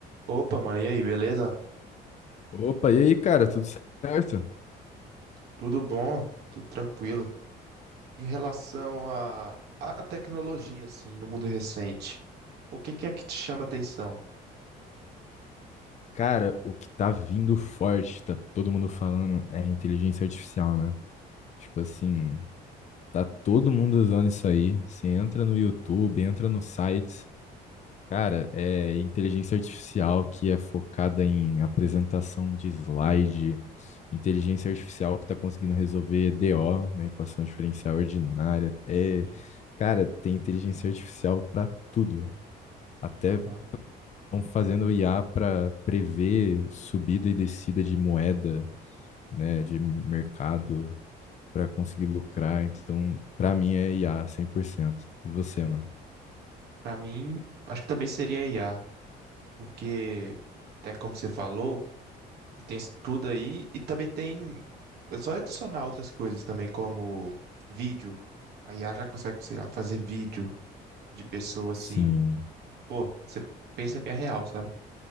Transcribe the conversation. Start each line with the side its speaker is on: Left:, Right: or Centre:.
Right: Opa, mano, e aí, beleza?
Left: Opa, e aí, cara, tudo certo?
Right: Tudo bom? Tudo tranquilo. Em relação à à à tecnologia, assim, no mundo recente, o que que é que te chama atenção?
Left: Cara, o que tá vindo forte, tá todo mundo falando, é a inteligência artificial, né? Tipo assim, tá todo mundo usando isso aí. Você entra no YouTube, entra nos sites. Cara, é inteligência artificial que é focada em apresentação de slide, inteligência artificial que tá conseguindo resolver DO, né, equação diferencial ordinária. É,
Right: Sim,
Left: cara, tem inteligência artificial pra tudo.
Right: é.
Left: Até
Right: Aham.
Left: estão fazendo IA para prever subida e descida de moeda, né, de mercado,
Right: sim,
Left: para conseguir lucrar. Então, para mim é IA 100%. E você,
Right: É.
Left: mano?
Right: Para mim, acho que também seria I a IA, porque, até como você falou, tem isso tudo aí e também tem. É só adicionar outras coisas também, como vídeo. A IA já consegue, sei lá, fazer vídeo de pessoa assim.
Left: Sim.
Right: Pô, você pensa que é real, sabe?